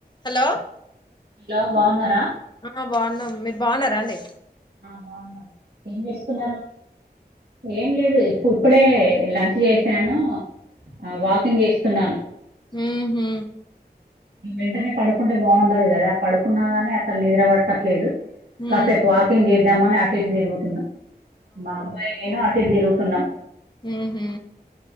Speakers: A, on the left (about 25°); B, on the right (about 70°).
A: Hello
B: hello బాగున్నారా
A: ఆ బాగున్నా మీరు బాగున్నారా అండి
B: ఆ బాగున్నాం ఏం చేస్తున్నారు ఏం లేదు ఇప్పు ఇప్పుడే లంచ్ చేశాను ఆ వాకింగ్ చేస్తున్నాను
A: ఊహు
B: వెంటనే పడుకుంటే బాడదు గాదా పడుకున్నాగానీ అసలు నిద్ర పట్టట్లేదు
A: ఊ
B: కాసేపు వాకింగ్ చేద్దామని అటు ఇటు తిరుగుతున్నా మా అబ్బాయి నేను అటు ఇటు తిరుగుతు తిన్నాం
A: ఉహు